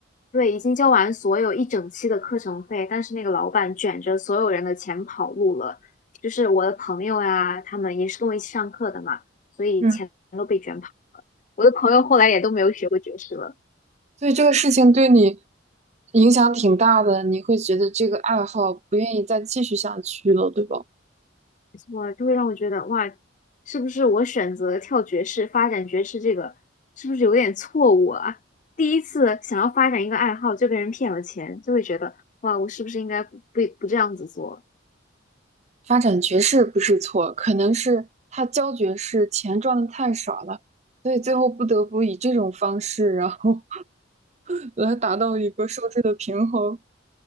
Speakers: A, on the left; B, on the right.
A: 对已经交完所有一整期的课程费，但是那个老板卷着所有人的钱跑路了，就是我的朋友呀、他们也是跟我一起上课的嘛，所以钱都被卷跑。
B: 嗯，
A: 我的朋友后来也都没有学过爵士了，
B: 所以这个事情对你影响挺大的，你会觉得这个爱好不愿意再继续下去了，对吧？
A: 我就会让我觉得哇，是不是我选择跳爵士、发展爵士这个是不是有点错误啊？第一次想要发展一个爱好就被人骗了钱，就会觉得哇，我是不是应该不不不这样子做？
B: 发展爵士不是错，可能是他教爵士钱赚的太少了，所以最后不得不以这种方式，然后 <laughs> 来达到一个收支的平衡。